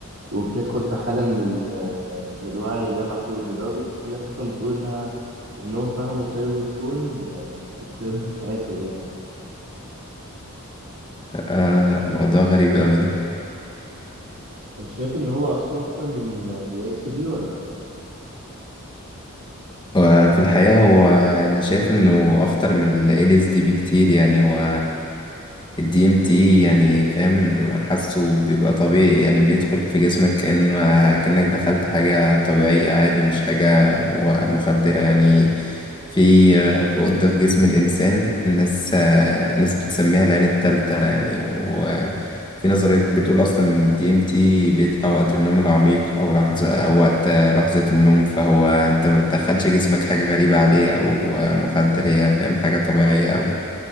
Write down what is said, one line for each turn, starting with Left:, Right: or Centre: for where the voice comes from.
Right: وبتدخل في حالة من ال- آه، من الوعي اللامحدود لدرجة إن في ناس أصلا بتقول إنها إنهم فهموا سر الكون آه، في الترب بتاعتهم يعني
Left: آه موضوع غريب قوي ده
Right: أنت شايف إن هو أصلا أكتر من آه، من ال دي ولا لأ؟
Left: وفي الحقيقة هو أنا شايف إنه أخطر من ال LSD بكتير يعني هو ال DMT يعني فاهم حاسه بيبقى طبيعي يعني بيدخل في جسمك كأن كأنك دخلت حاجة طبيعية عادي مش حاجة مغ- مخدرة يعني في غدة في جسم الإنسان الناس الناس بتسميها العين التالتة يعني وفي نظريات بتقول أصلا إن ال DMT بيطلع وقت النوم العميق أو لحظة أو وقت لحظة النوم فهو أنت ما بتدخلش جسمك حاجة غريبة عليه أو مخدر هي فاهم حاجة طبيعية أوي